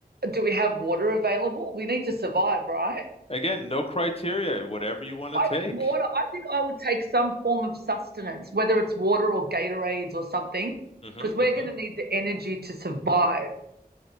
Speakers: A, on the right; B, on the left.
A: do we have water available? We need to survive, right?
B: Again, no criteria, whatever you want to
A: I
B: take.
A: think water. I think I would take some form of sustenance, whether it's water or Gatorades or something,
B: hmm
A: because we're
B: hmm
A: going to need the energy to survive.